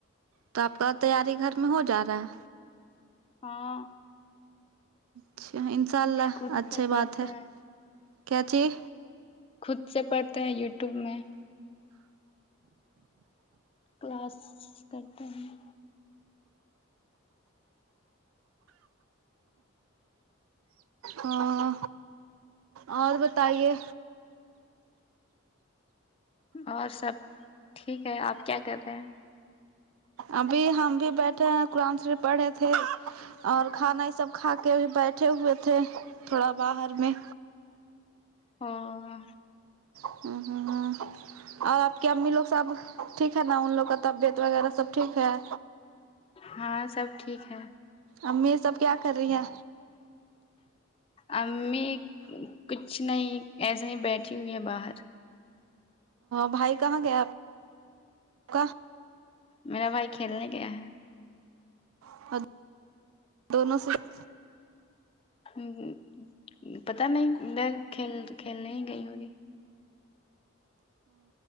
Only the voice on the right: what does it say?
تو آپ کا تیاری گھر میں ہو جا رہا ہے
اچھا انشاء اللہ
اچھی
بات ہے
کیا چاہیے
ہاں اور بتائیے
ابھی ہم بھی بیٹھے ہیں قرآن شریف پڑھ رہے تھے اور کھانا یہ سب کھا کے بھی بیٹھے ہوئے تھے تھوڑا باہر میں
<unintelligible> اور آپ کی امی لوگ سب ٹھیک ہے نا ان لوگ کا طبیعت وغیرہ سب ٹھیک ہے
امی سب کیا کر رہی ہیں
بھائی کہاں گیا ہے آپکا
<unintelligible>